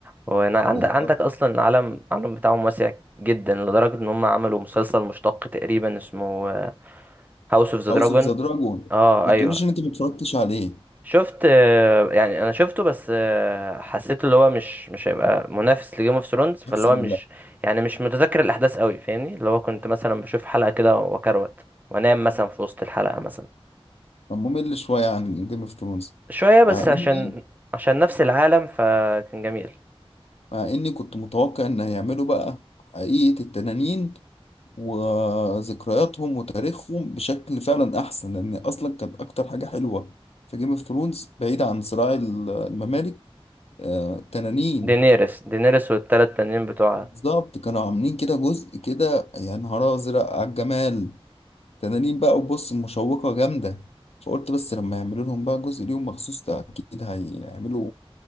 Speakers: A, on the right; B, on the left.
A: وهنا عندك
B: بالظبط
A: عندك اصلا العالم العالم بتاعهم واسع جدا لدرجة ان هم عملوا مسلسل مشتق تقريبا اسمه هاوس اوف ذا
B: هاوس
A: دراجون
B: اوف ذا دراجون
A: اه
B: ما
A: ايوه
B: تقوليش ان انت ما اتفرجتش عليه
A: شفت آه، يعني انا شفته بس آه، حسيت اللي هو مش مش هيبقى منافس لجيم اوف ثرونز فاللي
B: احسن
A: هو مش يعني مش متذكر الاحداث قوي فاهمني اللي هو كنت مثلا بشوف حلقة كده وكروت وانام مثلا في وسط الحلقة مثلا
B: كان ممل شوية عن جيم اوف ثرونز
A: شوية بس
B: مع اني
A: عشان عشان نفس العالم فكان جميل
B: مع اني كنت متوقع ان هيعملوا بقى حقيقة التنانين وذكرياتهم وتاريخهم بشكل فعلا احسن لان اصلا كانت اكتر حاجة حلوة في جيم اوف ثرونز بعيد عن صراع ال- الممالك آه، التنانين
A: دينيرس دينيرس والتلات تانيين بتوعها
B: بالظبط كانوا عاملين كده جزء كده يا نهار ازرق على الجمال تنانين بقى وبص مشوقة جامدة فقلت بس لما يعملوا لهم بقى جزء ليهم مخصوص ده اكيد هيعملوا